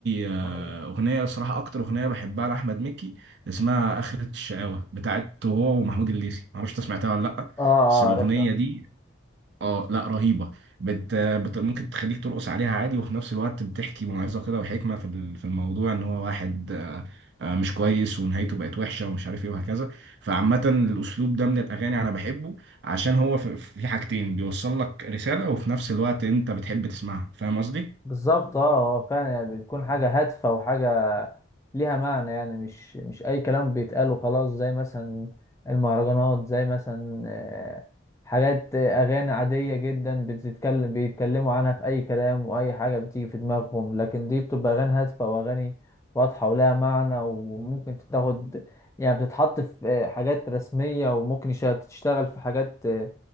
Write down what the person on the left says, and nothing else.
اه
اه
عارفها
بالظبط اه هو فعلا يعني بتكون حاجة هادفة وحاجة ليها معنى يعني مش مش اي كلام بيتقال وخلاص زي مثلا المهرجانات زي مثلا آه، حاجات آه، اغاني عادية جدا بتتكلم بيتكلموا عنها في اي كلام واي حاجة بتيجي في دماغهم لكن دي بتبقى اغاني هادفة واغاني واضحة ولها معنى وممكن تتاخد يعني بتتحط في آه، حاجات رسمية وممكن يشا- تشتغل في حاجات آه،